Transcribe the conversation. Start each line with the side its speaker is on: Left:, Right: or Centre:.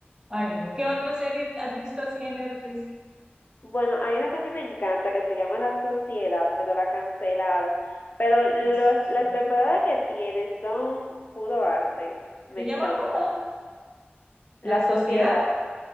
Right: Ay, no. ¿Qué otra serie has visto así en Netflix?
Left: Bueno, hay una que a mí me encanta que se llama La Sociedad, pero la cancelaron. Pero los,
Right: Así
Left: las
Right: es.
Left: temporadas que tiene son puro arte. Me
Right: Se
Left: encanta.
Right: llama ¿cómo?
Left: La
Right: La Sociedad.
Left: Sociedad,